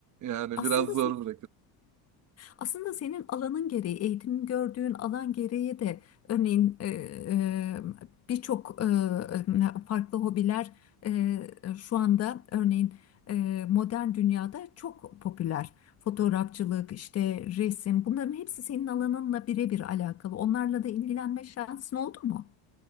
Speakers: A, on the right; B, on the left.
A: Yani
B: Aslında
A: biraz zor
B: Aslında senin alanın gereği, eğitim gördüğün alan gereği de örneğin e, e, birçok e, farklı hobiler e, şu anda örneğin e, modern dünyada çok popüler. Fotoğrafçılık, işte resim bunların hepsi senin alanınla birebir alakalı. Onlarla da ilgilenme şansın oldu mu?